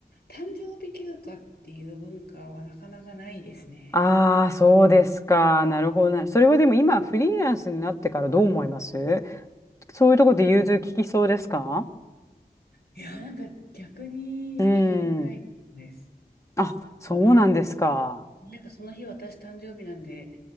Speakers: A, on the left; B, on the left.
A: 誕生日休暇っていう文化はなかなかないですね。
B: ああ、そうですか。なるほどな。それはでも今、フリーランスになってからどう思いますそういうところで融通聞きそうですか
A: いや、なんか逆に言いたいことです。
B: うーん。あ、そうなんですか。
A: なんかその日私誕生日なんで、